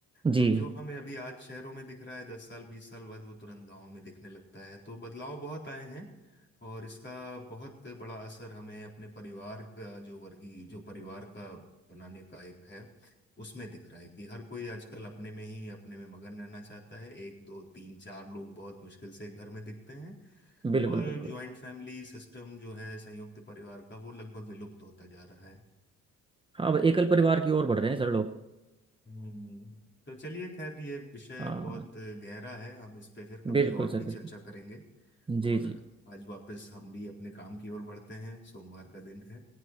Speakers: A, on the right (about 15°); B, on the left (about 35°).
A: जी
B: तो जो हमें अभी आज शहरों में दिख रहा है दस साल बीस साल बाद वो तुरंत गांव में दिखने लगता है तो बदलाव बहुत आए हैं और इसका बहुत बड़ा असर हमें अपने परिवार का जो वर्गीय जो परिवार का बनाने का एक है उसमें दिख रहा है कि हर कोई आजकल अपने में ही अपने में मगन रहना चाहता है एक दो तीन चार लोग बहुत मुश्किल से एक घर में दिखते हैं
A: बिल्कुल
B: और
A: बिल्कुल
B: ज्वाइंट फैमिली सिस्टम जो है संयुक्त परिवार का वो लगभग विलुप्त होता जा रहा है
A: हाँ अब एकल परिवार की ओर बढ़ रहे हैं सर लोग
B: हम्म तो चलिए खैर ये विषय
A: हाँ
B: बहुत गहरा है हम इस पे फिर कभी
A: बिल्कुल
B: और
A: सर
B: भी
A: बिल्कुल
B: चर्चा करेंगे
A: जी
B: और
A: जी
B: आज वापस हम भी अपने काम की ओर बढ़ते हैं सोमवार का दिन है